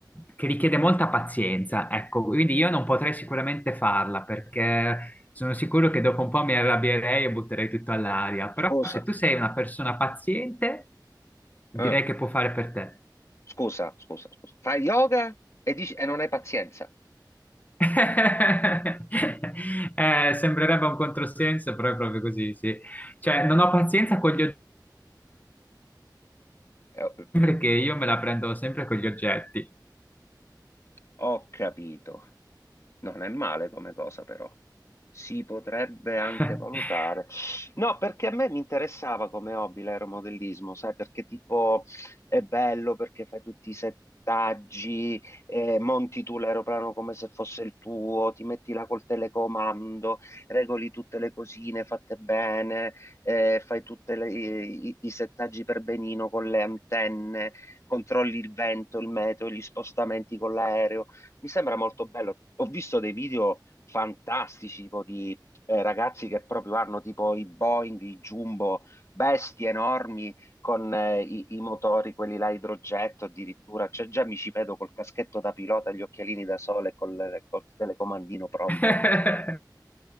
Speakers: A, on the left; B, on the left.
A: che richiede molta pazienza, ecco, quindi io non potrei sicuramente farla perché sono sicuro che dopo un po' mi arrabbierei e butterei tutto all'aria,
B: Scusa,
A: però se tu sei una persona paziente, direi
B: eh,
A: che può fare per te.
B: scusa, scusa, scusa. Fai yoga e dici, e non hai pazienza.
A: <laughs> Eh, sembrerebbe un controsenso, però è proprio così, sì. Cioè, non ho pazienza
B: Eh,
A: con gli oggetti
B: Eh,
A: perché io me la prendo sempre con gli oggetti.
B: Ho capito. Non è male come cosa, però. Si potrebbe anche
A: <laughs>
B: valutare. No, perché a me mi interessava come hobby l'aeromodellismo, sai, perché tipo è bello perché fai tutti i settaggi, eh, monti tu l'aeroplano come se fosse il tuo, ti metti là col telecomando, regoli tutte le cosine fatte bene, eh, fai tutti i, i settaggi per benino con le antenne, controlli il vento, il meteo, gli spostamenti con l'aereo. Mi sembra molto bello. Ho visto dei video fantastici, tipo di eh, ragazzi che proprio hanno tipo i Boeing, i Jumbo, bestie enormi con eh, i, i motori, quelli là a idrogetto addirittura. Cioè, già mi ci vedo col caschetto da pilota, gli occhialini da sole e col, col telecomandino pronto.
A: <laughs>